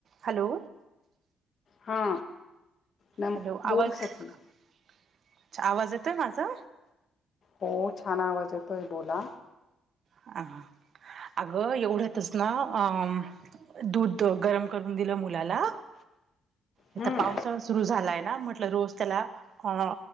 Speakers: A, on the right; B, on the left.
A: हॅलो,
B: हा, नम
A: हॅलो,
B: बोल
A: आवाज अच्छा
B: सखी
A: आवाज येतो. माझा
B: हो, छान आवाज येतोय बोला.
A: हा, अगं एवढच ना, आम दूध गरम करून दिलं मुलाला आता
B: हम्म
A: पावसाळा सुरू झालाय ना म्हटलं. रोज त्याला हा,